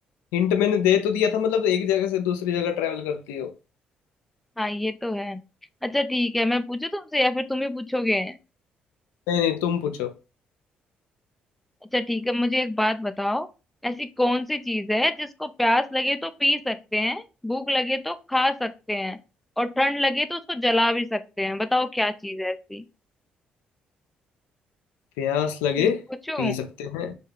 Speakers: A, on the left; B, in the centre.
A: हिंट मैंने दे तो दिया था मतलब एक जगह से दूसरी जगह ट्रैवल करती हो
B: हाँ ये तो है अच्छा ठीक है मैं पूछू तुमसे या फिर तुम ही पूछोगे
A: नहीं नहीं तुम पूछो
B: अच्छा ठीक है मुझे एक बात बताओ ऐसी कौन सी चीज है जिसको प्यास लगे तो पी सकते हैं भूख लगे तो खा सकते हैं और ठंड लगे तो उसको जला भी सकते हैं बताओ क्या चीज है ऐसी
A: प्यास लगे
B: फिर से पूछू
A: पी सकते हैं